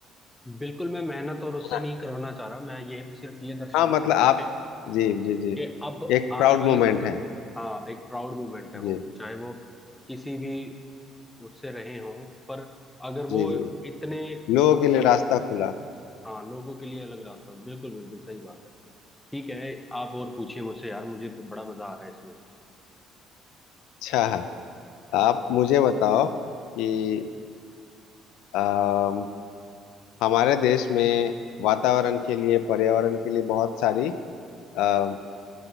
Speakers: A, in the centre; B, on the left.
A: बिल्कुल मैं मेहनत और उससे
B: है ना
A: नहीं करवाना चाह रहा मैं ये सिर्फ ये दर्शाना
B: हाँ मतलब
A: चाह रहा
B: आप
A: हूँ कि
B: जी जी जी
A: कि अब
B: एक
A: आने
B: प्राउड
A: वाले
B: मोमेंट
A: समय
B: है
A: में हाँ एक प्राउड मूवमेंट है वो
B: जी
A: चाहे वो किसी भी उससे रहे हों पर अगर वो
B: जी जी
A: इतने
B: लोगों
A: मतलब
B: के लिए रास्ता खुला
A: हाँ लोगों के लिए अलग रास्ता हो बिल्कुल बिल्कुल सही बात है ठीक है आप और पूछिए मुझसे यार मुझे बड़ा मजा आ रहा है इसमें
B: अच्छा आप मुझे बताओ कि अम, हमारे देश में वातावरण के लिए पर्यावरण के लिए बहुत सारी अम,